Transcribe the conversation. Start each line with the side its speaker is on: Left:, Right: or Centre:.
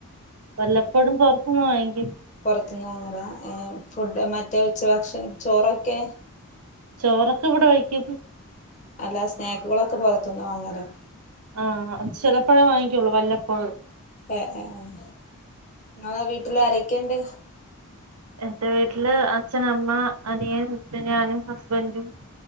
Right: വല്ലപ്പോഴും പൊറത്ത്ന്ന് വാങ്ങിക്കും
Left: പൊറത്തുന്നു വാങ്ങലാ ഏഹ് ഫുഡ് മറ്റേ ഉച്ച ഭക്ഷണം ചോറൊക്കെ
Right: ചോറൊക്കെ ഇവിടെ വെയ്ക്കും
Left: അല്ല സ്നാക്കുകളൊക്കെ പൊറത്തുന്ന് വാങ്ങലാ
Right: ആഹ് അത് ചെലപ്പൊഴേ വാങ്ങിക്കൊള്ളൂ വല്ലപ്പോഴും
Left: ആഹ് ആഹ് ആഹ് നിങ്ങളെ വീട്ടിലാരെക്കെണ്ട്
Right: എന്റെ വീട്ടില് അച്ഛനമ്മ അനിയൻ പിന്നെ ഞാനും ഹസ്ബന്റും